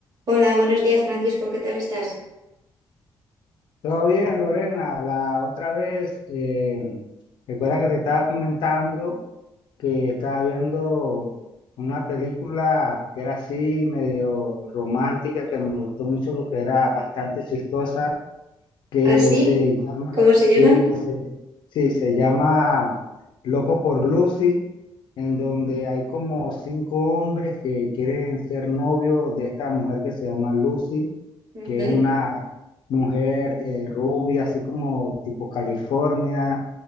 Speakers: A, on the right (about 50°); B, on the left (about 70°).
A: Hola, buenos días Francisco, ¿qué tal estás?
B: Todo bien, Lorena. La otra vez, eh, recuerda que te estaba comentando que estaba viendo una película que era así medio romántica, que me gustó mucho porque era bastante chistosa, que
A: ¿Así?
B: se llama,
A: ¿Cómo se
B: sí,
A: llama?
B: que se, sí, se llama Loco por Lucy, en donde hay como cinco hombres que quieren ser novios de esta mujer que se llama Lucy
A: Ujú,
B: que es una mujer eh, rubia, así como tipo California,